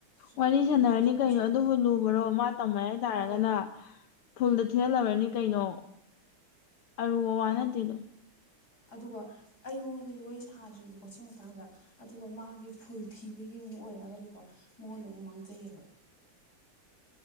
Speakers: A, on the left; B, on the left.
A: ꯔꯦꯀꯣꯔꯠꯅꯤꯅ
B: ꯋꯥꯔꯤ ꯁꯥꯟꯅꯔꯅꯤ
A: ꯑꯁ ꯋꯥꯁꯦ
B: ꯀꯩꯅꯣ
A: ꯍꯣꯏ
B: ꯑꯗꯨꯕꯨ ꯂꯨꯕꯔꯣ ꯃꯥ ꯇꯝꯃꯦ ꯍꯥꯏꯇꯥꯥꯔꯒꯅ
A: ꯍꯣꯏ
B: ꯐꯨꯜꯗ ꯊꯤꯍꯜꯂꯔꯅꯤ ꯀꯩꯅꯣ ꯑꯔꯨꯕ ꯋꯥ ꯅꯠꯇꯦꯗꯣ
A: ꯑꯗꯨꯒ ꯑꯩ ꯃꯉꯣꯟꯗꯗꯤ ꯋꯥꯔꯤ ꯁꯥꯗ꯭ꯔꯤꯕ ꯀꯣꯆꯤꯡ ꯃꯇꯥꯡꯗ ꯑꯗꯨꯒ ꯃꯥꯒꯤ ꯐꯨꯜ ꯊꯤꯕꯒꯤ ꯑꯃꯨꯛ ꯑꯣꯏꯔꯒꯗꯤꯀꯣ ꯃꯉꯣꯟꯗ ꯑꯃꯨꯛ ꯃꯥꯡꯖꯩꯕ